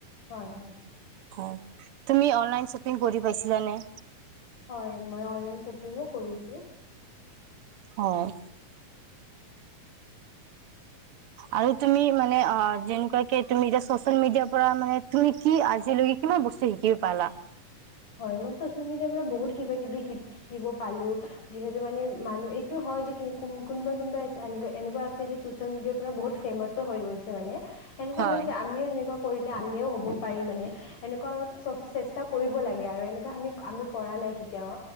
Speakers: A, on the left (about 65°); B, on the right (about 55°).
A: হয়, হয়।
B: হয় তুমি অনলাইন শ্বপিং কৰি পাইছিলানে?
A: হয়, মই অনলাইন শ্বপিঙো কৰিছোঁ।
B: হয়। আৰু তুমি মানে অ', যেনেকুৱাকে তুমি এতিয়া চচিয়েল মিডিয়াৰ পৰা মানে তুমি কি আজিলৈকে কিমান বস্তু শিকিব পালা?
A: হয়, মই চচিয়েল মিডিয়াৰ পৰা বহুত কিবা কিবি শি শিকিব পালো যিহেতু মানে মানুহ এইটো হয় যে, কোনোবা কোনোবা এনেকুৱা আছে যে, চচিয়েল মিডিয়াৰ পৰা বহুত ফেমাচো হৈ গৈছে মানে। সেনেকুৱা
B: হয়
A: হৈছে আমিও সেনেকুৱা কৰিলে আমিও হ'ব পাৰি মানে সেনেকুৱা অলপ চ চেষ্টা কৰিব লাগে আৰু এনেকুৱা আমি আমি কৰা নাই কেতিয়াও